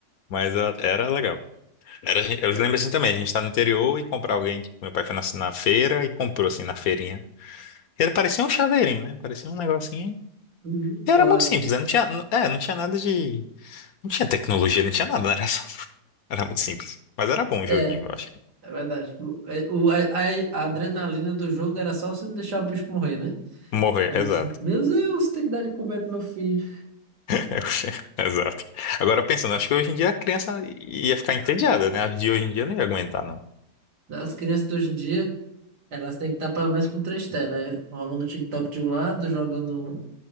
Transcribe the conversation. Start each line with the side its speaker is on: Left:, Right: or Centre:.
Left: Mas ah, era legal. Era, eu
Right: É,
Left: lembro assim também, a gente tá no interior e comprar alguém. tipo, Meu pai foi na, na feira e comprou assim na feirinha. Era, parecia um chaveirinho, né? Parecia um negocinho.
Right: uhum,
Left: E era
Right: Colazinho.
Left: muito simples, né? não tinha, n- é, não tinha nada de. Não tinha tecnologia, não tinha nada, né? era só. <laughs> Era muito simples. Mas era bom o joguinho,
Right: É,
Left: eu acho.
Right: é verdade. O, é, o- a, a- a adrenalina do jogo era só você não deixar o bicho morrer, né?
Left: Morrer,
Right: Era
Left: exato.
Right: você, meu Deus, tem que dar de comer pro meu filho.
Left: Eu- <laughs> Exato. Agora pensando, acho que hoje em dia a criança ia ficar entediada, né? As de hoje em dia não ia aguentar, não.
Right: As crianças de hoje em dia, elas têm que estar pelo menos com três telas, é, rolando o TikTok de um lado, jogando